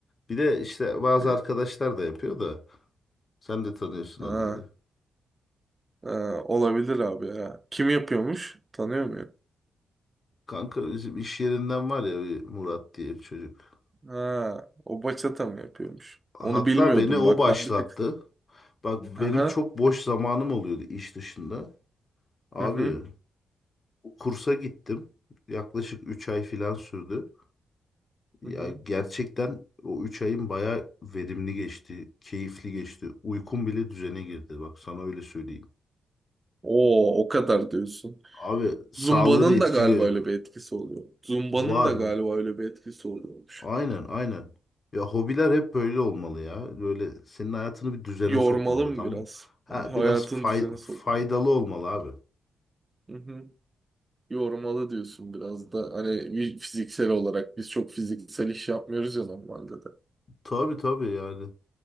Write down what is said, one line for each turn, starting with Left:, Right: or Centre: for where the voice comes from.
Left: Bir de işte bazı
Right: Ha,
Left: arkadaşlar da yapıyor da sen de tanıyorsun
Right: ha,
Left: onları.
Right: ha, olabilir abi ya. Kim yapıyormuş? Tanıyor muyum?
Left: Kanka bizim iş yerinden var ya bir Murat diye bir çocuk.
Right: Ha, o bachata mı yapıyormuş?
Left: Hatta
Right: Onu bilmiyordum
Left: beni o
Right: bak
Left: başlattı.
Right: ben bir tek.
Left: Bak benim
Right: Aha.
Left: çok boş zamanım oluyordu iş dışında. Abi
Right: Hı hı.
Left: kursa gittim. Yaklaşık 3 ay falan sürdü. Ya
Right: Hı hı.
Left: gerçekten o 3 ayın bayağı verimli geçti, keyifli geçti. Uykum bile düzene girdi. Bak sana öyle söyleyeyim.
Right: Oo, o kadar diyorsun.
Left: Abi sağlığını
Right: Zumba'nın
Left: etkiliyor.
Right: da galiba öyle bir etkisi oluyor. Zumba'nın
Left: Var.
Right: da galiba öyle bir etkisi oluyormuş.
Left: Aynen aynen. Ya hobiler hep böyle olmalı ya. Böyle senin hayatını bir düzene
Right: Yormalı
Left: sokmalı
Right: mı
Left: tamam.
Right: biraz?
Left: Ha
Right: Hani hayatın
Left: biraz fay-
Right: düzene sokmalı.
Left: faydalı olmalı abi.
Right: Hı hı. Yormalı diyorsun biraz da. Hani bir fiziksel olarak biz çok fiziksel iş yapmıyoruz ya normalde de.
Left: Tabii tabii yani.